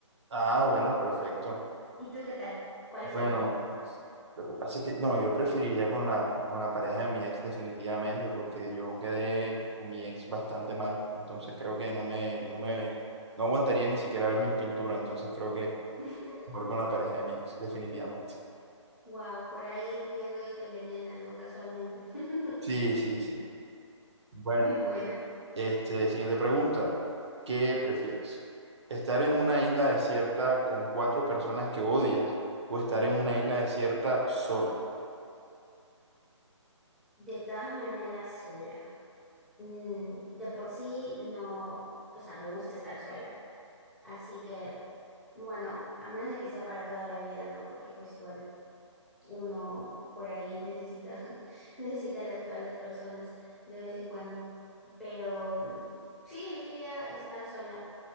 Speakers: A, on the right; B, in the centre.
A: Ah, bueno, perfecto.
B: ¿Y tú qué tal? ¿Cuál sería?
A: Bueno, lo que pasa es que, no, yo preferiría con la, con la pareja de mi ex definitivamente, porque yo quedé con mi ex bastante mal, entonces creo que no me, no me, no aguantaría ni siquiera ver mi pintura, entonces creo que
B: <laughs>
A: Mejor con la pareja de mi ex, definitivamente.
B: Wow, por ahí viviendo y te envenenan, ¿no? Casualmente. <laughs>
A: Sí, sí, sí. Bueno,
B: Bueno.
A: este, siguiente pregunta. ¿Qué prefieres? ¿Estar en una isla desierta con cuatro personas que odias o estar en una isla desierta sola?
B: De todas maneras, sola. Mm, de por sí no, o sea, me gusta estar sola. Así que, bueno, a menos de que sea para toda la vida, ¿no? Porque pues igual uno por ahí necesita, <laughs> necesita a las, a las personas de vez en cuando. Pero mm, sí, elegiría estar sola